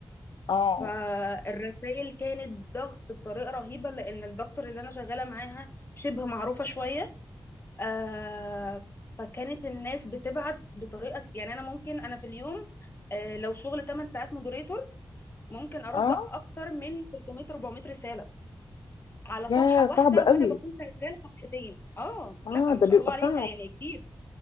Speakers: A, on the left; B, on the left.
A: اه
B: فالرسائل كانت ضغط بطريقة رهيبة لأن الدكتور اللي أنا شغالة معاها شبه معروفة شوية آه فكانت الناس بتبعت بطريقة يعني أنا ممكن أنا في اليوم آه لو شغل 8 ساعات مودريتور ممكن أرد
A: اه
B: أكتر من 300 400 رسالة على صفحة
A: يا
B: واحدة
A: صعب قوي
B: وأنا بكون شغالة صفحتين آه
A: اه
B: لا ما
A: ده
B: شاء
A: بيبقى
B: الله عليها
A: صعب
B: يعني كتير